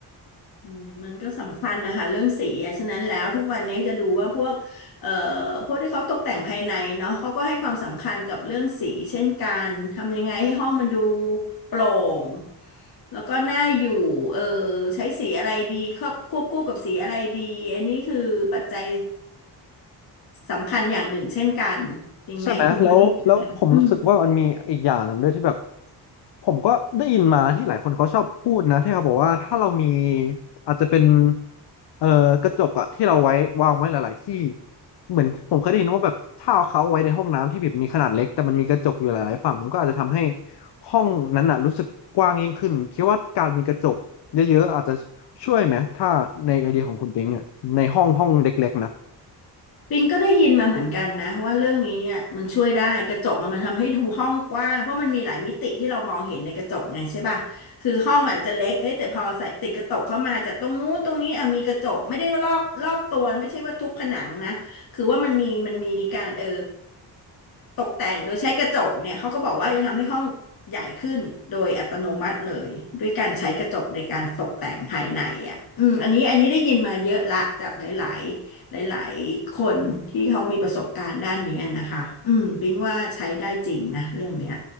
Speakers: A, on the left; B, on the left.
A: อืมมันก็สำคัญนะคะเรื่องสีอะฉะนั้นแล้วทุกวันนี้จะดูว่าพวกเอ่อพวกที่เขาตกแต่งภายในเนาะเขาก็ให้ความสำคัญกับเรื่องสีเช่นกันทำยังไงให้ห้องมันดูโปร่งแล้วก็น่าอยู่เออใช้สีอะไรดีครอบควบคู่กับสีอะไรดีอันนี้คือปัจจัยสำคัญอย่างหนึ่งเช่นกันจริงไหมคุณโทนี่
B: ใช่ไหมแล้วแล้วผมรู้สึกว่ามันมีอีกอย่างหนึ่งด้วยที่แบบ
A: อืม
B: ผมก็ได้ยินมาที่หลายคนเขาชอบพูดนะที่เขาบอกว่าถ้าเรามีอาจจะเป็นเอ่อกระจกอะที่เราไว้วางไว้หลายๆที่เหมือนผมเคยได้ยินว่าแบบถ้าเอาเขาไว้ในห้องน้ำที่แบบมีขนาดเล็กแต่มันมีกระจกอยู่หลายๆฝั่งมันก็อาจจะทำให้ห้องนั้นน่ะรู้สึกกว้างยิ่งขึ้นคิดว่าการมีกระจกเยอะๆอาจจะช่วยไหมถ้าในไอเดียของคุณปิงเนี่ยในห้องห้องเล็กๆนะ
A: ปิงก็ได้ยินมาเหมือนกันนะว่าเรื่องนี้อ่ะมันช่วยได้กระจกอะมันทำให้ดูห้องกว้างเพราะมันมีหลายมิติที่เรามองเห็นในกระจกไงใช่ป่ะคือห้องมันอาจจะเล็กเอ้ยแต่พอใส่ติดกระจกเข้ามาจากตรงนู้นตรงนี้อ่ะมีกระจกไม่ได้ว่ารอบรอบตัวไม่ใช่ว่าทุกผนังนะคือว่ามันมีมันมีการเออ ตกแต่งโดยใช้กระจกเนี่ยเขาก็บอกว่าจะทำให้ห้องใหญ่ขึ้นโดยอัตโนมัติเลยด้วยการใช้กระจกในการตกแต่งภายในอ่ะอืมอันนี้อันนี้ได้ยินมาเยอะละจากหลายๆหลายๆคนที่เขามีประสบการณ์ด้านเนี้ยนะคะอืมปิ๊งว่าใช้ได้จริงนะเรื่องเนี้ย